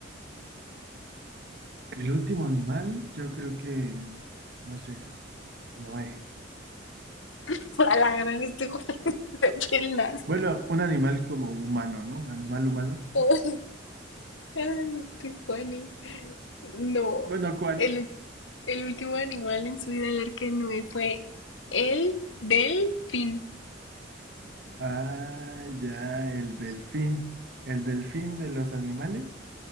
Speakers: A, on the right; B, on the left.
A: El último animal, yo creo que, no sé, Noé.
B: <laughs> A la gran estoy con- <laughs> de pelas.
A: Bueno, un animal como humano, ¿no? Animal humano.
B: <laughs> Ay, este Juani. No,
A: Bueno, ¿cuál?
B: el, ul- el último animal en subir al arca de Noé fue el delfín.
A: Ah, ya, el delfín. El delfín de los animales.